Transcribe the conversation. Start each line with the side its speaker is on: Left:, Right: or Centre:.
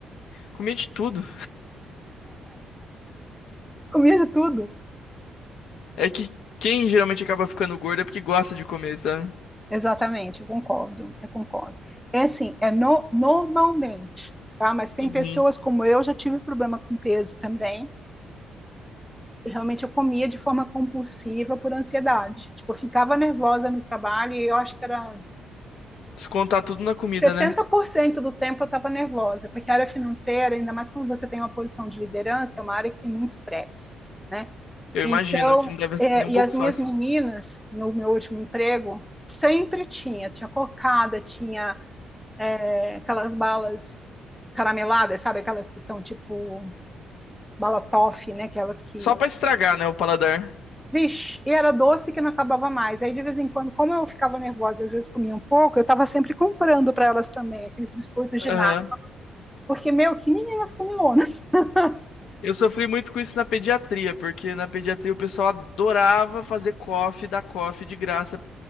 Left: Comia de tudo.
Centre: Comia de tudo?
Left: É que quem geralmente acaba ficando gordo é porque gosta de comer, sabe?
Centre: Exatamente, eu concordo, eu concordo. É assim, é no- normalmente, tá? Mas tem
Left: Uhum.
Centre: pessoas como eu, já tive problema com peso também. realmente eu comia de forma compulsiva por ansiedade. Tipo, eu ficava nervosa no trabalho e eu acho que era
Left: Descontar tudo na comida,
Centre: 70%
Left: né?
Centre: do tempo eu estava nervosa, porque a área financeira, ainda mais quando você tem uma posição de liderança, é uma área que tem muito estresse, né?
Left: Eu
Centre: Então,
Left: imagino que não deve
Centre: é,
Left: ser nem um
Centre: e
Left: pouco
Centre: as minhas
Left: fácil.
Centre: meninas, no meu último emprego, sempre tinha, tinha cocada, tinha é, aquelas balas carameladas, sabe? Aquelas que são tipo bala toffee, né? Aquelas que
Left: Só pra estragar, né, o paladar.
Centre: Vixe, e era doce que não acabava mais. Aí, de vez em quando, como eu ficava nervosa, às vezes comia um pouco, eu estava sempre comprando para elas também aqueles biscoitos de
Left: Aham.
Centre: nata. Porque, meu, que meninas comilonas. <laughs>
Left: Eu sofri muito com isso na pediatria, porque na pediatria o pessoal adorava fazer coffee, dar coffee de graça.